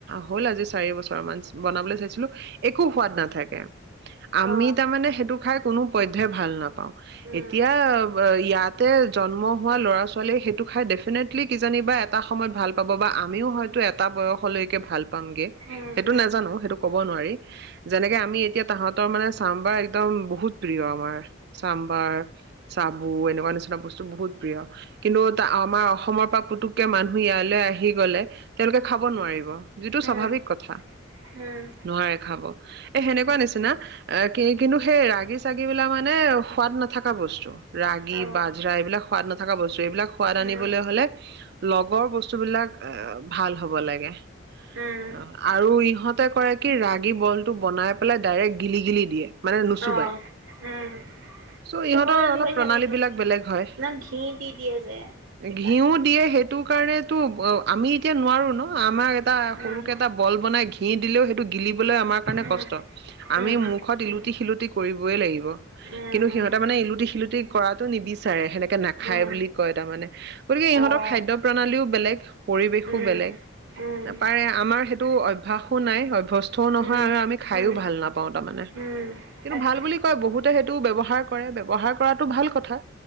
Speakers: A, on the right; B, on the right.
A: হ'ল আজি চাৰি বছৰ মান বনাবলৈ চাইছিলোঁ একো সোৱাদ নাথাকে আমি
B: অ
A: তাৰমানে সেইটো খাই কোনো পধ্যয় ভাল নাপাওঁ
B: উম
A: এতিয়া ইয়াতে জন্ম হোৱা ল'ৰা ছোৱালীয়ে সেইটো খাইডেফেনেত। কিজানিব বা এটা সময়ত ভাল পাব বা আমিও হয়তো এটা বয়সলৈকে ভাল পামগে
B: উম উম উম
A: সেইটো
B: উম উম
A: নাজানো সেইটো কব নোৱাৰি যেনেকে আমি এতিয়া তাহাঁতৰ মানে চাম্বাৰ একদম বহুত প্ৰিয় আমাৰ। চাম্বাৰ, চাবু এনেকুৱা নিচিনা, বস্তু বহুত প্ৰিয় কিন্তু আমাৰ অসম অসমৰ পৰা পুতুককে মানুহ ইয়ালৈ আহি গলে তেওঁলোকে খাব নোৱাৰিব যিটো
B: উম
A: স্বাভাৱিক কথা,
B: উম
A: নোৱাৰে খাব এ সেনেকুৱা
B: উম
A: নিচিনা এ কি কিন্তু সেই ৰাগী চাগি বিলাক মানে সোৱাদ নাথাকা বস্তু ৰাগি
B: অ',
A: বাজৰা এইবিলাক সোৱাদ নথকা বস্তু এইবিলাক সোৱাদ
B: উম,
A: আনিবলৈ হলে লগৰ বস্তুবিলাক এ ভাল হব লাগে অ
B: উম,
A: আৰু ইহতে কৰে কি ৰাগী বলটো বনাই পেলাই ডাইৰেক্ট গিলি গিলি দিয়ে। মানে নুচুবাই
B: অ উম
A: চ'
B: কোমল
A: ইহঁতৰ অলপ
B: হৈ
A: প্ৰণালী
B: থাকে চাগে
A: বিলাক বেলেগ হয়
B: ন ঘি দি দিয়ে যে। সেইকাৰণে।
A: ঘিউ দিয়ে সেইটো। তু কাৰণে তু অ আমি এতিয়া নোৱাৰো ন আমাৰ। এটা
B: উম,
A: সৰুকে এটা বল বনাই ঘি। ঘি দিলে সটো গিলি। বোলে আমাৰ কাৰণে
B: উম,
A: কষ্ট আমি
B: উম,
A: মুখত ইলুতি
B: উম,
A: শিলুটি। কৰিবয়ই লাগিব
B: উম,
A: কিন্তু
B: উম,
A: সিহঁতে মানে ইলুটি শিলুটি কৰাটো নিবিচাৰে সেনেকে নাখায়
B: উম, উম,
A: বুলি কয় তাৰমানে। গতিকে ইহঁতৰ
B: অ',
A: খাদ্য প্ৰণালীও বেলেগ পৰিৱেশো
B: উম,
A: বেলেগ
B: উম,
A: পাৰে আমাৰ সেইটো অভ্যাস নাই অভ্যস্ত ও নহয়
B: উম,
A: আৰু আমি খাইও
B: উম,
A: ভাল নাপাও তাৰমানে,
B: উম,
A: কিন্তু
B: তাকে,
A: ভাল বুলি কয়, বহুতে সেইটো ব্যৱহাৰ কৰে, ব্যৱহাৰ কৰাটো ভাল কথা